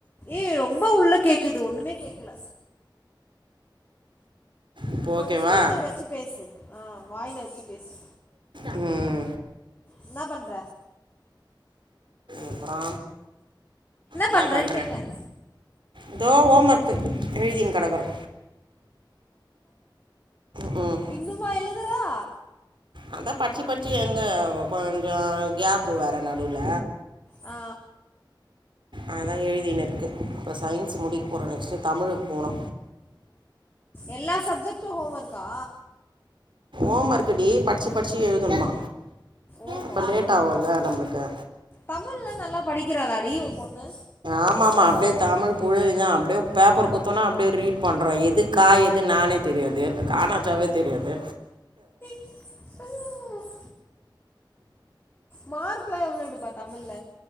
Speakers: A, on the left; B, on the right.
A: ஏய் ரொம்ப உள்ள கேக்குது ஒன்னுமே கேட்கல
B: இப்போ
A: கொஞ்சோ
B: ஓகேவா
A: ஸ்பீக்கர் வச்சு பேசு ஆ வாய்ல வச்சு பேசு
B: ம்
A: என்ன பண்ற
B: அப்புறோ என்ன
A: பண்ணுறேன்னு
B: பண்ற
A: கேட்டேன்
B: இதோ ஓம் ஒர்க்கு எழ்தினு கெடக்குறோ ம்
A: இன்னுமா எழுதுறா
B: அதா படிச்சி படிச்சி எங்க கொஞ்சோ கேப்பு வேற நடுவுல
A: ஆ
B: அதுதா எழுதினு இருக்கு இப்ப சயின்ஸ் முடிக்க போறோ நெக்ஸ்ட்டு தமிழுக்கு போனு
A: எல்லா சப்ஜெக்ட்டு ஹோம் ஒர்க்கா
B: ஓம் ஒர்க் டி படிச்சு படிச்சு எழுதணுமா
A: ஓஹோ
B: அப்போ லேட் ஆகும்ல நம்மளுக்கு
A: தமிழ்லா நல்லா படிக்கிறாளா டி ஓன் பொண்ணு
B: ஆமா ஆமா அப்டியே தமிழ் புழு இதா அப்டியே பேப்பர் குடுத்தோனா அப்டியே ரீட் பண்றா எது கா எது நா னே தெரியாது ஒரு காணாச்சாவே தெரியாது
A: ம் மார்க்லா எவ்ளோ எடுப்பா தமிழ்ல